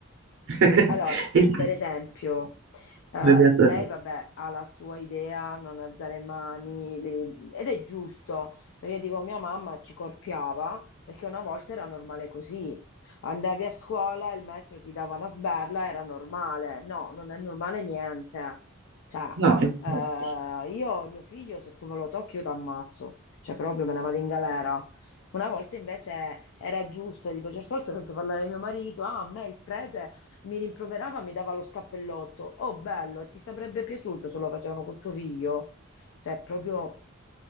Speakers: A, on the right; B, on the left.
A: <laughs>
B: Allora,
A: Esatto,
B: per esempio, eh,
A: come mia sorella.
B: lei, vabbè, ha la sua idea, non alzare mani, le- ed è giusto, perché tipo mia mamma ci corpiava, perché una volta era normale così. Andavi a scuola, il maestro ti dava una sberla, era normale. No, non è normale niente. Cioè,
A: No, infatti.
B: eh, io e mio figlio, se tu me lo tocchi, io ti ammazzo. Cioè, proprio me ne vado in galera. Una volta invece era giusto, tipo, certe volte sento parlare di mio marito, ah, a me il prete mi rimproverava, mi dava lo scappellotto. Oh, bello, ti sarebbe piaciuto se lo facevano con tuo figlio? Cioè, proprio,